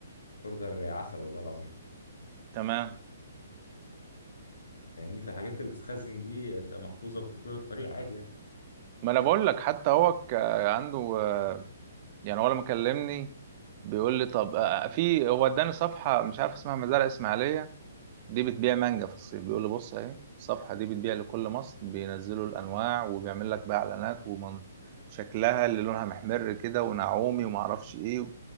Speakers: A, on the left; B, on the right.
A: اوردر عسل والله العظيم
B: تمام
A: فاهمني فالحاجات اللي بتتخزن دي بتبقى محفوظه في طول الطريق عادي يعني
B: ما انا بقول لك حتى هو ك- عنده آه، يعني هو لما كلمني بيقول لي طب آه، آه، في هو اداني صفحة مش عارف اسمها مزارع اسماعيلية دي بتبيع مانجا في الصيف بيقول لي بص اهي الصفحة دي بتبيع لكل مصر بينزلوا الانواع وبيعمل لك بقى اعلانات ومن شكلها اللي لونها محمر كده ونعومي وما اعرفش ايه